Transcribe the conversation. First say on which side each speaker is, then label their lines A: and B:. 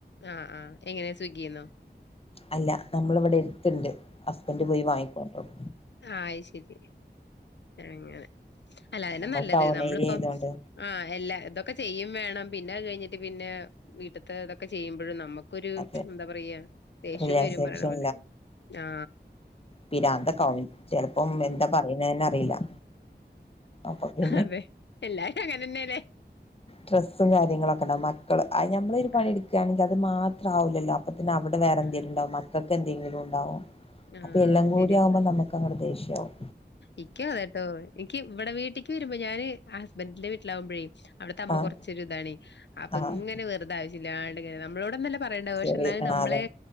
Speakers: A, on the left; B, on the left.
A: ആ ആ എങ്ങനെയ സ്വിഗ്ഗിന്നോ
B: അല്ല നമ്മൾഇവിടെ എടുത്തിണ്ട് ഹസ്ബൻഡ് പോയി വാങ്ങിക്കോണ്ടണ്ടരും
A: ആ അയ് ശരി അങ്ങനെ അല്ല അതിനെ
B: നമ്മൾ
A: നല്ലത്
B: ടൗൺ
A: നമ്മളിപ്പോ
B: ഏരിയ ആയതുകൊണ്ട്
A: ആ എല്ലാ ഇതൊക്ക ഒക്കെ ചെയ്യും വേണം പിന്നെ അത് കഴിഞ്ഞിട്ട് പിന്നെ വീട്ടത്തെ ഇതൊക്കെ ചെയ്യുമ്പോഴും നമുക്കൊരു
B: അതെ
A: എന്താ പറയാ ദേഷ്യവും
B: റിലാക്സേഷൻ
A: വരും പറയണ പോലെ ആ
B: പിരാന്ത്കാവും ചെലപ്പം എന്താ പറയുന്ന അ അറിലാ അപ്പൊ പിന്നെ
A: അതെ എല്ലാരും അങ്ങനെ തന്നെയല്ലേ
B: ഡ്രസ്സും കാര്യങ്ങളൊക്കെ ഉണ്ടാവക മക്കള് നഞമ്മളൊ ഒരു പണിയ
A: ആഹ്
B: എടുക്കുകയാണെങ്കിൽ അത് മാത്രം ആവൂല്ലല്ലോ അപ്പോത്തിന് അവിടെ വറെ എന്തെങ്കില
A: ആഹ്
B: ഉണ്ടകും മക്കക്ക് എന്തെങ്കിലും ണ്ടും
A: ആഹ്
B: അപ്പൊ എല്ലാം കൂടി
A: ശരിയാ
B: ആകുമ്പോ നമുക്ക് അങ്ങടെ ദേഷ്യവും
A: ഇക്കും അതെട്ടോ എനിക്ക് ഇവിടെ വീട്ടേക്ക് വരുമ്പോ ഞാന് ആ ഹസ്ബൻഡിന്റെ വീട്ടിലാവകുമ്പഴും അവിടത്തെ അമ്മ
B: ആഹ്
A: കൊറച്ചൊരു ഇതാണ് അപ്പൊ
B: ആഹ്
A: ഇങ്ങനെ വെറുത ആവശ്യ ഇല്ലാങ്ങനെ നമ്മളോടന്നല്ല പറയേണ്ട
B: ചെറിയ
A: പക്ഷെ എന്നാലും
B: ആഹ്
A: നമ്മളെ
B: അതെ